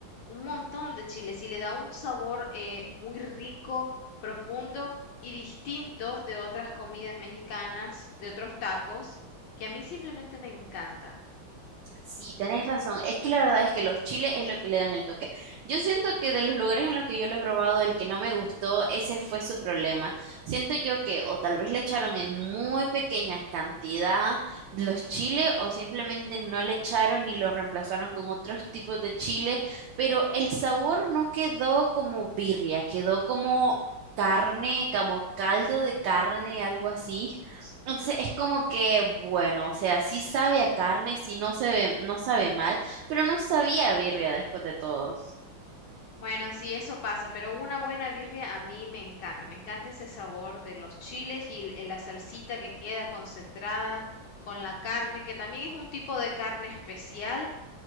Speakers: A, on the left (about 70°); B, on the right (about 75°).
A: un montón de chiles y le da un sabor eh, muy rico, profundo y distinto de otras comidas mexicanas, de otros tacos, que a mí simplemente me encanta.
B: Sí, tenés razón. Es que la verdad es que los chiles es lo que le dan el toque. Yo siento que de los lugares en los que yo lo he probado, el que no me gustó, ese fue su problema. Siento yo que o tal vez le echaron en muy pequeña cantidad los chiles o simplemente no le echaron y lo reemplazaron con otros tipos de chile, pero el sabor no quedó como birria, quedó como carne, como caldo de carne, algo así. Entonces es como que, bueno, o sea, sí sabe a carne, sí no se ve, no sabe mal, pero no sabía a birria después de todo.
A: Bueno, sí, eso pasa, pero una buena birria a mí me encanta. Me encanta ese sabor de los chiles y el- la salsita que queda concentrada con la carne, que también es un tipo de carne especial